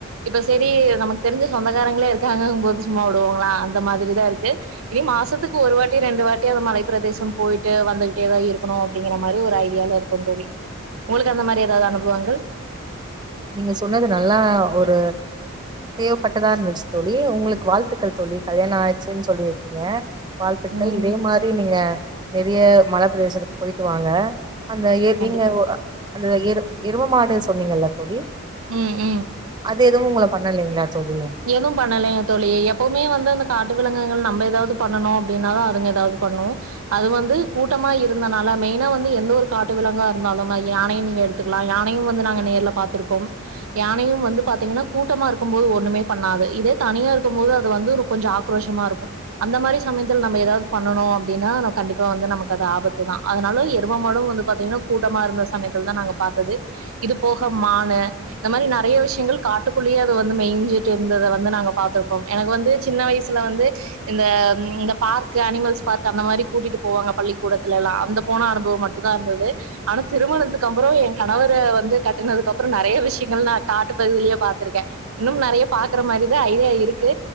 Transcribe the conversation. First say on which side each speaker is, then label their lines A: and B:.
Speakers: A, on the right; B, on the right.
A: இப்ப செரி நமக்கு தெருஞ் ருஞ்ச சொந்தகாரங்ளே இருக்காங்கங்கும் போது சும்மா விடுவோங்களா அந்த மாதிரி தா இருக்கு இனி மாசத்துக்கு ஒரு வாட் டி ரெண்டு வாட்டி அது மலைப்பிரதேசம் போயிட்டு வந்துகிட்டேதா இருக்கனு அப்டிங்கிற மா மாரி ஒரு ஐடியால இருக்கோ தோழி உங்களுக்கு அந்த மாரி எதாவது அனுபவங்கள்
B: நீங்க சொன்னது நல்லா ஒரு தேவபட்டதா இருந்துச்சு தோழி உங்களுக்கு வாழ்த்துக்கள் தோழி கல்யாண ஆய்டுச்சுன் சொல்லிருகீங்க வாழ்த்துக்கள்
A: ம்
B: இதே மாரி நீங்க நெறைய மலபிரதேசத்துக்கு போய்ட்டு வாங்க அந்த ஏர்
A: கண்டிப்பா
B: நீங்க ஓ அ அந்த எரு எருமமாடு சொன்னீங்கல்ல தோழி
A: ம் ம்
B: அது எதுவும் ஒங்கள பண்ணலைங்ளா தோழி
A: ஏதூ பண்ணலைங் தோழி எப்பவுமே வந்து அந்த காட்டு விலங்குகள் நம்ம எதாவது பண்ணணு அப்டின்னாலு அதுங்க எதாவது பண்ணு உம் அது வந்து கூட்டமா இருந்தனால மெயினா வந்து எந்த ஒரு காட்டு விலங்கா இருந்தாலும்னா யானையும் நீங்க எடுத்து <unintelligible> ல்லா யானையு வந்து நாங்க நேர்ல பாத்துருக்கோம் யானையு வந்து பாத்தீங்கனா கூட்டமா இருக்கும் போது ஒண்ணுமே பண்ணாது இதே தனியா இருக்கும் போது அது வந்து கொஞ்சொ ஆக்ரோஷமா இருக்கு அந்த மாரி சமயத்தில் நம்ம எதாவது பண்ணனு அப்டின்னா கண்டிப்பா வந்து நமக்கு அது ஆபத்து தா அதுனால எரும மாடும் வந்து பாத்தீங்கனா கூட்டமா இருந்த சமயத்தில் தா நாங்க இப்ப பாத்தது இது போக மானு இந்த மாரி நெறைய விஷ்யங்கள் காட்டுகுள்ளேயே அது வந்து மெய்ஞ்சு இருந்தத வந்து நாங்க பாத்துருக்கோ எனக்கு வந்து சின்ன வயசுல வந்து இந்த பார்க்கு அனிமல்ஸ் பார்க் அந்த மாரி கூட்டிட்டு போவாங்க பள்ளிக்கூடத்துல எல்லா அங்க போன அனுபவம் மட்டு தா இருந்தது ஆனா திருமணத்துக்கு அப்பறோ ஏ கணவர வந்து கட்டினதுக்கு அப்றோ நெறைய விஷ்யங்கள் நா காட்டு பகுதியிலயே பாத்துருக்கே இன்னும் நெறைய பாக்குற மாரிதா ஐடியா இருக்கு